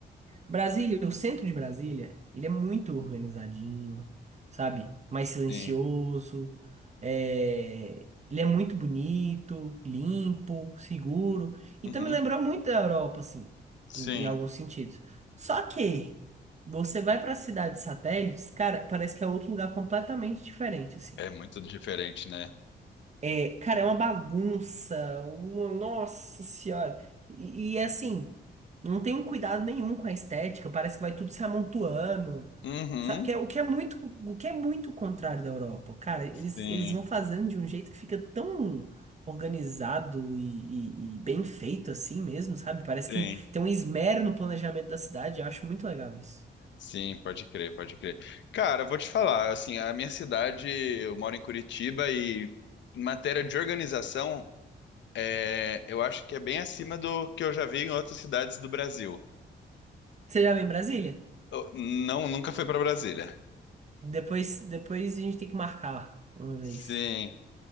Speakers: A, on the right (about 40°); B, on the left (about 80°).
A: Brasília, o centro de Brasília, ele é muito organizadinho, sabe? Mais silencioso,
B: sim,
A: é, ele é muito bonito, limpo, seguro. Então
B: uhum,
A: me lembrou muito da Europa, assim,
B: sim.
A: em, em alguns sentidos. Só que você vai para cidades satélites, cara, parece que é outro lugar completamente diferente, assim.
B: É muito diferente, né?
A: É, cara, é uma bagunça. uma- nossa senhora. E, e, assim, não tem um cuidado nenhum com a estética. Parece que vai tudo se amontoando.
B: Uhum.
A: Sabe? Que é, o que é muito, o que é muito contrário da Europa. Cara, eles,
B: Sim,
A: eles vão fazendo de um jeito que fica tão organizado e, e- e bem feito assim mesmo, sabe? Parece
B: sim.
A: que tem um esmero no planejamento da cidade. Eu acho muito legal isso.
B: Sim, pode crer, pode crer. Cara, eu vou te falar, assim, a minha cidade, eu moro em Curitiba e em matéria de organização, é, eu acho que é bem acima do que eu já vi em outras cidades do Brasil.
A: Você já vem em Brasília?
B: Eu- não, nunca fui para Brasília.
A: Depois, depois a gente tem que marcar uma vez.
B: Sim,